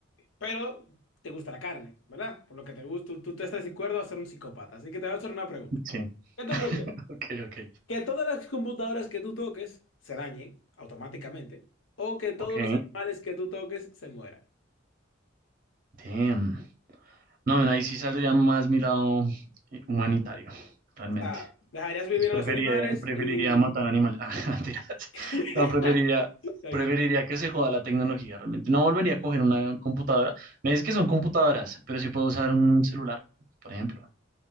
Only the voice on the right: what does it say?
Sí,
<laughs> ok, ok.
Ok,
Damn. No, men, ahí sí saldría más mi lado eh, humanitario, realmente.
Entonces
preferiría,
preferiría
matar animales. <laughs> Ah, mentiras.
No, preferiría,
preferiría que se joda la tecnología, realmente. No volvería a coger una computadora. Me dice que son computadoras, pero sí puedo usar un celular, por ejemplo.